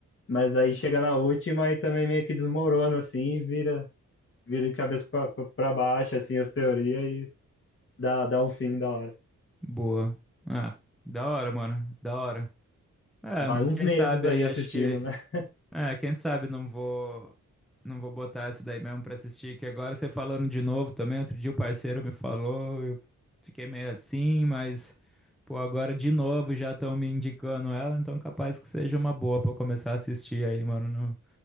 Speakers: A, on the left; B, in the centre.
A: Mas aí chega na última e também meio que desmorona, assim, e vira, vira de cabeça para baixo, assim, as teorias e dá, dá um fim da hora.
B: Boa. Ah, da hora, mano. Da hora. É,
A: Vai uns
B: quem
A: meses
B: sabe
A: aí
B: aí,
A: assistindo,
B: acho que
A: né? <laughs>
B: É, quem sabe não vou não vou botar essa daí mesmo pra assistir, que agora você falando de novo também, outro dia o parceiro me falou, eu fiquei meio assim, mas pô, agora de novo já estão me indicando ela, então capaz que seja uma boa pra eu começar a assistir aí, mano, no-